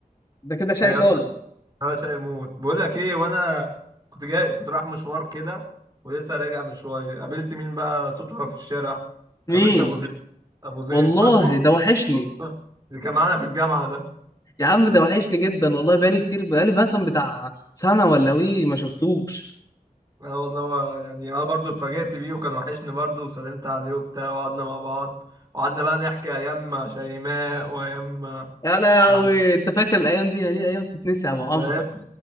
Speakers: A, on the left (about 25°); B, on the right (about 25°).
A: ده كده شقي
B: يا
A: خالص
B: اسطى انا شاي موت بقول لك ايه وانا كنت جاي كنت رايح مشوار كده ولسه راجع من شويه قابلت مين بقى صدفه في الشارع
A: مين
B: قابلت ابو زيد ابو زيد
A: والله
B: فاكره
A: ده وحشني
B: والله اللي كان معانا في الجامعه ده
A: يا عم ده وحشني جدا والله بقالي كتير بقالي مثلا بتاع سنة ولا وي ما شفتوش
B: اه والله هو يعني انا برضو اتفاجئت بيه وكان وحشني برضو وسلمت عليه وبتاع وقعدنا مع بعض وقعدنا بقى نحكي ايام شيماء وايام
A: يا لهوي
B: يعني
A: انت فاكر الايام دي دي ايام تتنسي يا ابو عمرو
B: ده ايام